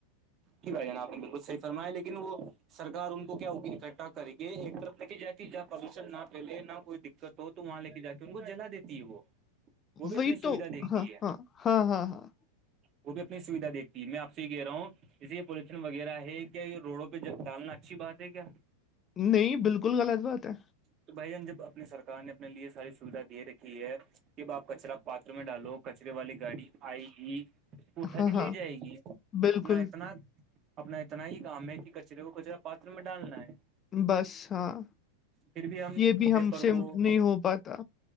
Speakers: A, on the right; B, on the left.
A: جی بھائی جان آپ نے بالکل صحیح فرمائے لیکن وہ سرکار ان کو کیا ہوگی اکٹھا کرے گی ایک طرف لکے جائے ہے جہاں پلوشن نہ پھیلے نہ کوئی دقت ہو تو وہاں لے کے جا کے ان کو جلا دیتی ہے وہ وہ بھی
B: وہی
A: اپنی سویدھا
B: تو
A: دیکھتی
B: ہاں
A: ہے
B: ہاں ہاں ہاں ہاں
A: وہ بھی اپنی سویدھا دیکتی ہے میں آپ سے یہ کہہ رہا ہوں جیسے یہ پولوشن وغیرہ ہے کیا یہ روڈوں پہ جب ڈالنا اچھی بات ہے کیا
B: نہیں بالکل غلط بات ہے
A: تو بھائی جان جب اپنی سرکار نے اپنے لیے ساری سویدھا دے رکھی ہے کہ اب آپ کچرا پاتروں میں ڈالو کچرے والی گاڑی آئے گی وہ اٹھا
B: ہاں
A: کے
B: ہاں
A: لے جائے گی
B: بالکل
A: اپنا اتنا اپنا اتنا ہی کام ہے کہ کچرے کو کچرا پاتروں میں ڈالنا ہے
B: بس ہاں
A: پھر بھی ہم
B: یہ بھی ہم
A: ریپر
B: سے
A: کو
B: نہیں ہو پاتا